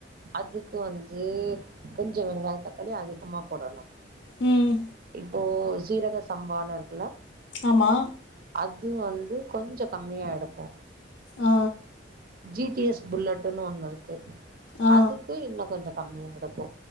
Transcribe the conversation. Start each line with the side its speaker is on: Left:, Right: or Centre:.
Right: அதுக்கு வந்து கொஞ்சொ வெங்காயொ தக்காளி அதிகமா போடணு
Left: ம்
Right: போ சீரக சம்பானு இருக்குல
Left: ஆமா
Right: அது வந் து கொஞ்சோ கம்மியா எடுக்கு
Left: ஆ
Right: ஜி டி எஸ் புல்லட்டுனு ஒன்னு இருக்கு
Left: ஆ
Right: அதுக்கு இன்னு கொஞ்சோ கம்மியா எடுக்கு